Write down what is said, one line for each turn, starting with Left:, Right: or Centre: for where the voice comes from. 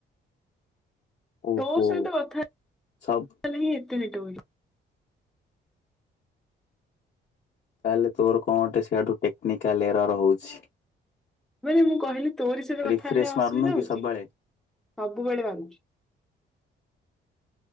Left: ଓହୋ।
Centre: ତୋ ସହିତ କଥାଲେ
Left: ସବୁ
Centre: ହିଁ ଏତେ <unintelligible>
Left: ତାହେଲେ ତୋର କଣ ଗୋଟେ ସିଆଡୁ ଟେକ୍ନିକାଲ୍ ଏରର ହଉଛି।
Centre: ମାନେ ମୁଁ କହିଲି ତୋରି ସହିତ କଥା
Left: ରିଫ୍ରେଶ
Centre: ହେଲେ ଅସୁବିଧା
Left: ମାରୁନୁ କି
Centre: ହଉଛି
Left: ସବୁବେଳେ?
Centre: ସବୁବେଳେ ମାରୁଚି।